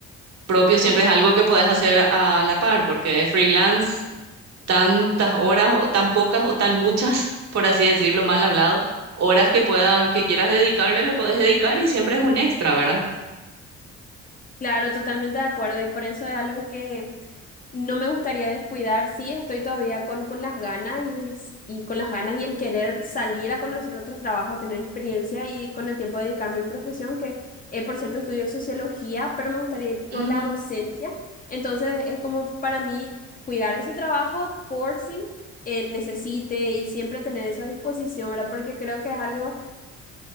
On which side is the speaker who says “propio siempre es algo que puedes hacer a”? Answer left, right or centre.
Right